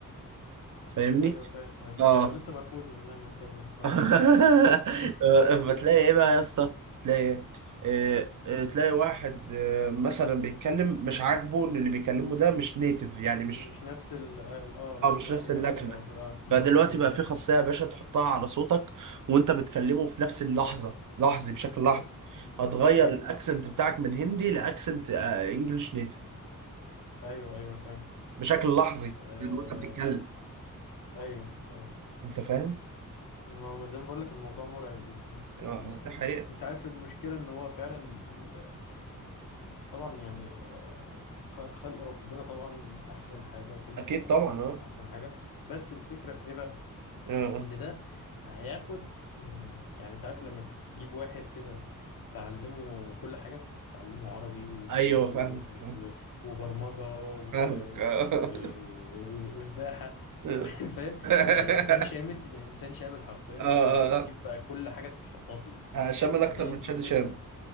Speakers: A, on the right; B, on the left.
A: فاهمني
B: ايوه فاهم ايوه
A: اه
B: ايوه لسه مرفوض منها من كام يوم اه
A: <laughs>
B: <laughs>
A: فتلاقي ايه بقى يا اسطى تلاقي إيه؟
B: مم.
A: آه، تلاقي واحد آه، مثلا بيتكلم مش عاجبه ان اللي بيكلمه ده مش نيتف يعني مش
B: مش نفس ال اه مش
A: اه مش
B: نفس
A: نفس
B: الاكسنت
A: اللكنه
B: او كده اه مم،
A: فدلوقتي
B: مم،
A: بقى في
B: مم.
A: خاصية يا باشا تحطها على صوتك وانت بتكلمه في نفس اللحظة لحظي بشكل
B: ايوه
A: لحظي هتغير
B: ايوه
A: الاكسنت بتاعك من هندي لاكسنت انجلش نيتف
B: ايوه ايوه فاهم
A: بشكل لحظي
B: آه...
A: يعني وانت بتتكلم
B: ايوه ايوه
A: انت فاهم؟
B: هو ما زي ما بقول لك الموضوع مرعب يعني آه...
A: اه دي حقيقة
B: انت عارف المشكله ان هو فعلا ال... ال... طبعا يعني آه، خلق ربنا طبعا احسن حاجه وكل
A: اكيد
B: يعني
A: طبعا اه
B: احسن حاجه بس الفكره في ايه بقى
A: آه.
B: ان ده هياخد من يعني انت عارف لما تجيب واحد كده تعلمه كل حاجة تعلمه عربي وانجليزي
A: ايوه فاهم
B: و...
A: فاهم
B: و... وبرمجة و...
A: فاهمك اه
B: و... و... وسباحة
A: اه
B: و- <laughs> فاهم
A: <laughs>
B: تبقى انسان شامل يبقى انسان شامل حرفيا
A: اه
B: بتجيب
A: آه.
B: بقى كل حاجة تحطها فيه
A: آه، شامل اكتر
B: فدي
A: من
B: دي
A: شادي
B: الفكرة
A: شام